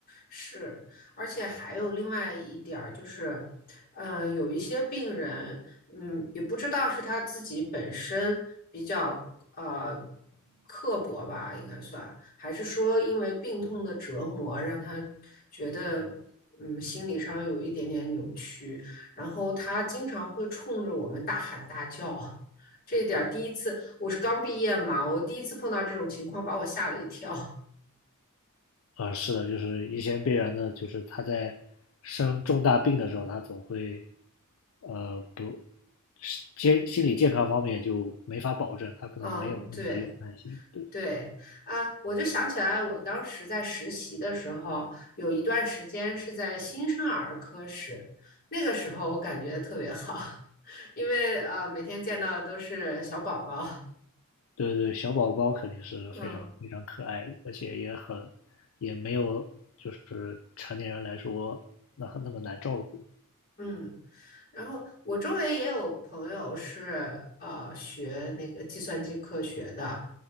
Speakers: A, on the left (about 40°); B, on the left (about 65°).
A: 是，而且还有另外一点儿就是，呃，有一些病人，嗯，也不知道是他自己本身比较呃刻薄吧，应该算，还是说因为病痛的折磨让他觉得，嗯，心理上有一点点扭曲，然后他经常会冲着我们大喊大叫。这一点儿第一次，我是刚毕业嘛，我第一次碰到这种情况，把我吓了一跳。
B: 啊，是的，就是一些病人呢，就是他在生重大病的时候，他总会，呃，不，是健心理健康方面就没法保证，
A: <laughs>
B: 他可能没有那么的有耐心。
A: 嗯，对。
B: 对
A: 对啊，我就想起来，我当时在实习的时候，有一段时间是在新生儿科室，那个时候我感觉特别好，<laughs> 因为呃每天见到的都是小宝宝，
B: 对对，小宝宝肯定是非常非常可爱的，
A: <laughs> 嗯。
B: 而且也很，也没有就是成年人来说那很那么难照顾。
A: 嗯，然后我周围也有朋友是呃学那个计算机科学的，